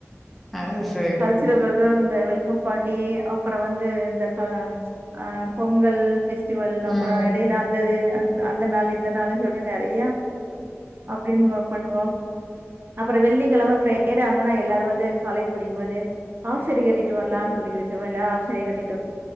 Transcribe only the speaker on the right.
கல்ச்சுரல்ல அப்றோ இந்த வெல் ல்கம் பார்ட்டி அம் அப்புறோ வந்து இந்த க அ பொங்கல் பெஸ்டிவல் அப்பறொ
எடையில அந் அப்டியே அ அந்த நாள் இந்த நாளுன்னு சொல்லிட்டு நெறைய அப்டின்னு பண்ணுவோம் அப்றோ வெள்ளிக்கிலம <unintelligible> எல்லாரும் வந்து காலேஜ் படிக்கும் போது ஆஃப் சாரீ கட்டிட்டு வரலான் சொல்லிட்டு வச்சருவொ எல்லா ஆஃப் சாரீ கட்டிட்